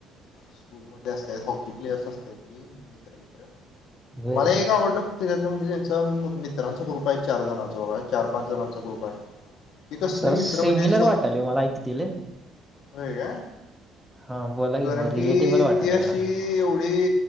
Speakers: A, on the left; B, in the centre.
A: स्कूलमध्ये असत्यांत हॉकी प्लेअर्स असत्यांत ती. मित्र, मित्र
B: बर
A: मला एक आवडलं म्हणजे त्यांचा मित्रांचा ग्रुप आहे चार जणां दोघ आहे चार पाच जणांचा ग्रुप आहे ती तसली
B: सर
A: मित्र
B: सिमिलर
A: म्हणजे सो
B: वाटाले मला ऐकतील.
A: होय का
B: हां, बोला की
A: कारण
B: मला
A: की
B: रिलेटेबल वाटाले
A: ती अशी
B: जरा.
A: एव <unintelligible>